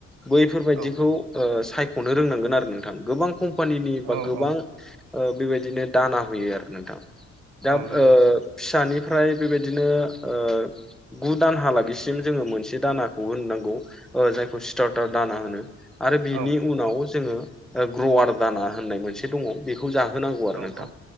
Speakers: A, in the centre; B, on the right.
A: बैफोरबायदिखौ
B: औ
A: ओ सायख'नो रोंनांगोन आरो नोंथां गोबां कम्पानिनि बा
B: औ
A: गोबां
B: औ
A: ओ बेबायदिनो दाना होयो आरो नोंथां दा
B: औ नंगौ
A: ओ
B: नोंथां
A: फिसानिफ्राय बेबायदिनो ओ गु दानहालागैसिम जोङो मोनसे दानाखौ होनो नांगौ जायखौ स्टार्टार दाना होनो आरो बिनि
B: औ
A: उनाव जोङो ओ ग्रवार दाना होननाय मोनसे दङ' खौ जाहोनांगौ आरो
B: औ
A: नोंथां
B: औ